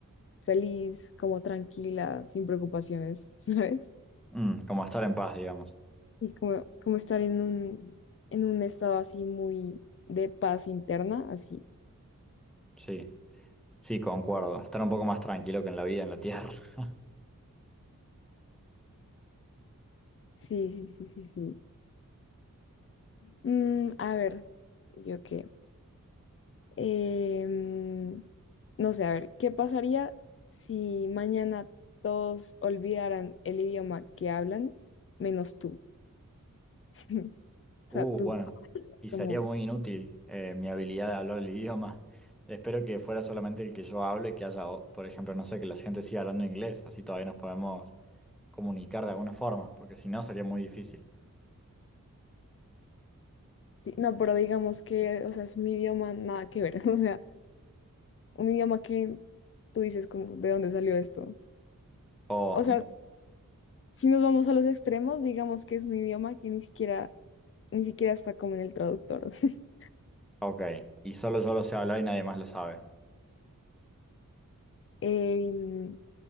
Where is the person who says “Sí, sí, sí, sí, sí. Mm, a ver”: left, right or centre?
Left